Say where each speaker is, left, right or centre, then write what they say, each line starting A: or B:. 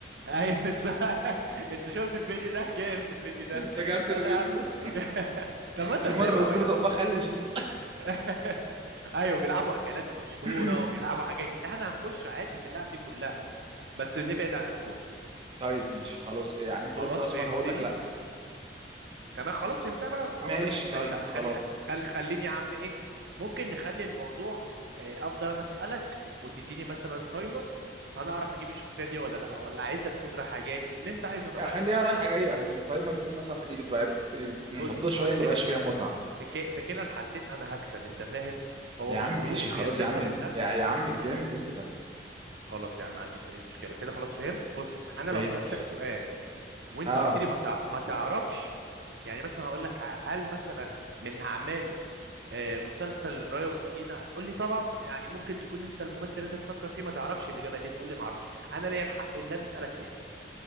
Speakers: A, on the right; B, on the right.
A: ايوه بالظبط <laughs> انت شفت الفيديو ده جامد الفيديو ده
B: افتكرت
A: يلا
B: الفيديو
A: يا عم
B: ده
A: <laughs> طب ما انت
B: في
A: متابع
B: مره قلت
A: اهو يا
B: له
A: عم
B: طباخ قال لي شيف
A: <laughs> ايوه بيلعبوا اكلات مشهوره
B: <clears throat>
A: وبيلعبوا حاجات احنا هنخش عادي في اللعب دي كلها بس نبعد عن الكوره
B: طيب ماشي خلاص يعني
A: خلاص
B: انت قلت اسمر
A: فهمتني
B: هقول لك لا
A: تمام خلاص فهمتها بقى
B: ماشي
A: ولا ك- ماشي
B: طيب
A: خلي
B: خلاص
A: خلي خليني يا عم ايه ممكن نخلي الموضوع آه، افضل انا اسالك وتديني مثلا تايمر انا اعرف اجيب الشخصيه دي ولا لا ولا عايزها تكون رايحه جايه اللي انت عايزه انا معاك
B: خليها رايحه جايه عشان بالتايمر دي مثلا ايه بتبقى محدوده
A: بص
B: شويه
A: هو انا
B: ما
A: كده
B: بيبقاش
A: في
B: فيها متعه
A: في ك- في كلا الحالتين انا هكسب انت فاهم هو
B: يا
A: مش
B: عم ماشي
A: غرور
B: خلاص
A: هي ثقة
B: يا عم
A: بالنفس
B: ال- يا, يا عم الجامد انت تمام
A: خلاص يا عم ما عنديش اي مشكلة كده خلاص فهمت بص انا
B: فهمت
A: لو سألتك سؤال وانت
B: اه
A: قلت لي ما تع... ما تعرفش يعني مثلا هقول لك هل مثلا من اعماله آه، مسلسل رايا وسكينة هتقول لي طبعا يعني ممكن تكون انت الممثل اللي انت تفكر فيه ما تعرفش الاجابة دي تقول لي ما اعرفش انا ليا الحق اللي انا اسالك تاني